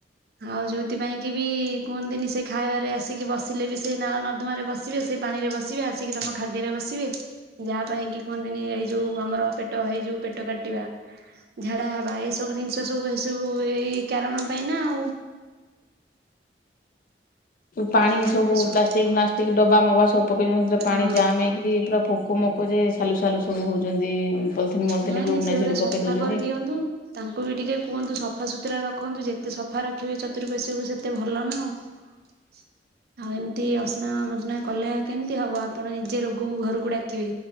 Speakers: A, on the right; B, on the left.
A: ଆଉ ଯୋଉଥିପାଇଁ କି ବି କୁହନ୍ତିନି ସେ ଖାଇବାରେ ଆସିକି ବସିଲେ ବି ସେ ନାଳ ନର୍ଦମାରେ ବ ଆସିବେ ସେ ପାଣି ରେ ବସିବେ ଆସିକି ତମ ଖାଦ୍ୟରେ ବସିବେ ଯାହା ପାଇଁ କି କୁହନ୍ତିନି ଏଇ ଯୋଉ ଆମର ପେ ଟ ହେଇଯୁ ପେଟ କାଟିବା। ଝାଡା ହବା ଏସବୁ ଜିନିଷ ସବୁ ଏସବୁ ଏଇ କାରଣ ପାଇଁ ନା ଆଉ
B: ପାଣି
A: ଆଉ ଯେତେ
B: ସବୁ
A: ସଫା
B: ପ୍ଲାଷ୍ଟିକି ମଲ୍ଲଷ୍ଟିକି ଡବା ମବା ସବୁ ପକେଇଛନ୍ତି ସେଥିରେ ପାଣି
A: ହଁ
B: ଜାମ୍ ହେଇକି ଏ ପୁରା ପୋକ ମୋକ ଯେ ସାଲୁ ସାାଲୁ ସବୁ ହଉଛନ୍ତି। ପଲିଥିନ ମଲିଥିନ
A: ନାଇଁ ନାଇଁ
B: ଯୋଉଠି
A: ସେଗୁରା
B: ନାହିଁ ସେଇଠି
A: ସଫା
B: ପକେଇ ଦଉଛନ୍ତି।
A: କରିଦିଅନ୍ତୁ। ତାଙ୍କୁ ବି ଟିକେ କୁହନ୍ତୁ ସଫାସୁତୁରା ରଖନ୍ତୁ ଯେତେ ସଫା ରଖିବେ ଚତୁର୍ପାର୍ଶ୍ୱକୁୁ ସେତେ ଭଲ ନା ଆଉ।
B: <inaudible>
A: <inaudible> ଆଉ ଏମିତି ଅସ୍ନାମସ୍ନା କଲେ ଆଉ କେମିତି ହବ ଆପଣ ନିଜେ ରୋଗକୁ ଘରକୁ ଡାକିବେ।